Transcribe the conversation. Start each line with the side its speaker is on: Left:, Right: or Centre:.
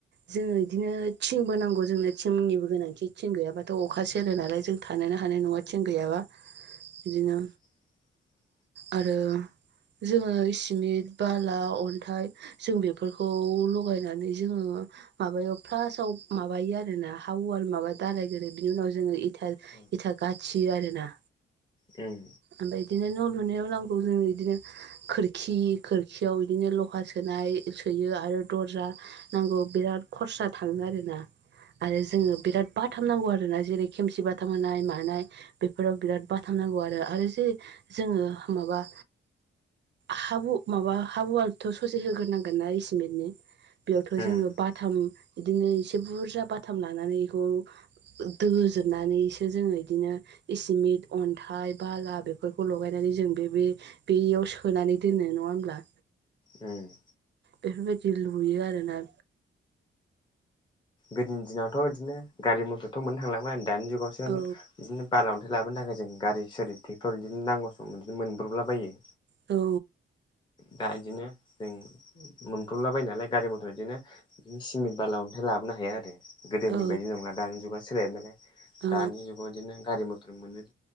Right: जों इदिनो थिंबो नांगौ जोंनो थिंनिबो गोनांथि थिं गैयाबाथ अखा सेरो नालाय जों थानोनो हानाय नङा थिं गैयाबा बिदिनो
Left: <inaudible>
Right: आरो जोङो इसिमिट बाला अनथाइ जों बेफोरखौ लगायनानै जोङो माबायाव फार्सेआव माबायो आरोना हाब वाल माबा दाालायग्रो बिनि उनाव जोङो इटा
Left: उम
Right: गाथियोआरोना
Left: उम
Right: ओमफ्राय इदिनो न' लुनायाव नांगौ जोंनो इदिनो खोरखि खोरखियाव इदिनो लहा सोनाय सोयो आरो दरजा नांगौ बिराद खरसा थाङो आरोना आरो जोङो बिराद बाथाम नांगौ आरोना जेरै खेमसि बाथाम होनाय मानाय बेफोराव बिराद बाथाम नांगौ आरो आरो जे जोङो माबा हाबु माबा हाब वालथ ससे होग्रोनांगोनना सिमेन्टनि बेयावथ
Left: थाखो
Right: जोङो बाथाम बिदिनो एसे बुरजा बाथाम लानानै इखौ दजोबनानैसो जोङो बिदिनो इसिमिट अन्थाइ बाला बेफोरखौ लगायनानै जों बे बे बेयाव सोनानै दोनो नङा होमब्ला
Left: उम
Right: बेफोरबायदि लुयो आरोना
Left: गोदोनि दिनावथ इदिनो गारि मथरथ मोननो थांलामोन दानि जुगावसो
Right: औ
Left: इदिनो बाला अनथाइ ओफ्राय लाबोनो थाखाय जों गारि सारि ट्रेक्टर बिदिनो नांगौ सम बिदिनो मोनब्रबलाबायो
Right: औ
Left: दा इदिनो जों मोनब्रबलाबायोनालाय गारि मथर बिदिनो बिदिनो सिमेन्ट बाला अनथाइ लाबोनो हाया आरो गोदोनि
Right: औ
Left: बायदि नंला दानि जुगा सोलायबाय नालाय
Right: औ
Left: दानि जुग इदिनो गारि मथर मोनो